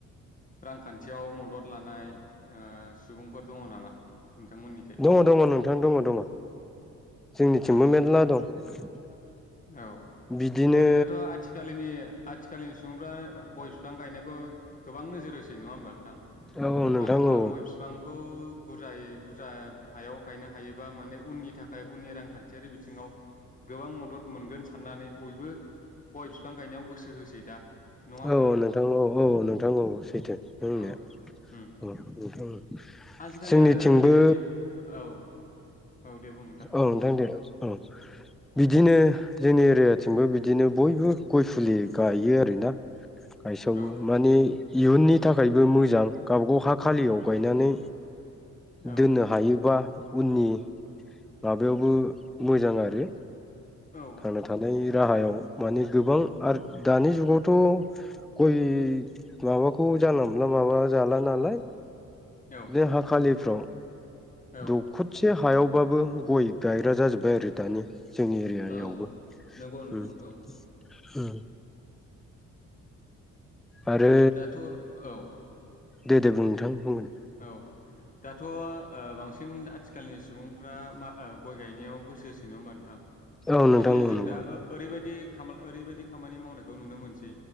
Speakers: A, on the left; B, in the centre.
A: रांखान्थियाव मदद लानाय सुबुंफोर दङ नामा नोंथांमोननिखै
B: दङ दङ नोंथां दङ दङ जोंनिथिंबो
A: औ
B: मेरला दं <inaudible>
A: औ
B: बिदिनो
A: ओरैनोथ' आथिखालनि आथिखालनि सुबुंफ्रा गय बिफां गायनायखौ गोबां नोजोर होसै नङा होमबा नोंथां
B: औ औ नोंथां
A: मानो होनबा
B: औ
A: गय बिफांखौ बुरजायै बुरजा हायाव गायनो हायोबा माने उननि थाखाय उननि रांखान्थियारि बिथिङाव गोबां मदद मोनगोन साननानै बयबो गय बिफां गायनायाव गोसो होसै दा। नङा होमबा
B: औ नोंथां औ औ नोंथां औ सैथो नोंनाया
A: औ उम
B: औ नोंथां
A: आजिखालि
B: जोंनिथिंबो
A: आरो ओरैबायदि औ औ दे बुं
B: औ नोंथां दे औ बिदिनो जोंनि एरियाथिंबो बिदिनो बयबो गय फुलि गायो आरोना। गायसावो
A: औ
B: माने इयुननि थाखायबो मोजां। गावबागाव हा खालियाव गायनानै
A: औ
B: दोननो हायोबा उनि माबायावबो मोजां आरो।
A: औ
B: थांना थानायनि राहायाव माने गोबां आरो दानि जुगावथ' गय माबाखौ जानला मोनला माबा जाला नालाय
A: औ
B: दे हा खालि फ्राव
A: औ
B: दुखसे हायावबाबो गय गायग्रा जाजोब्बाय आरो दानि जोंनि एरिया
A: औ
B: यावबो
A: नंगौ नोंथां
B: उम
A: औ
B: आरो
A: दाथ' औ
B: दे दे बुं नोंथां बुंगोन
A: औ दाथ' ओ बांसिन आथिखालनि सुबुंफ्रा मा गय गायनायाव गोसो होसो नङा होनबा नोंथां।
B: औ नोंथां
A: माने
B: औ
A: जों
B: नंगौ
A: दा ओरैबायदि ओरैबायदि खामानि मावनायखौ नुनो मोनसै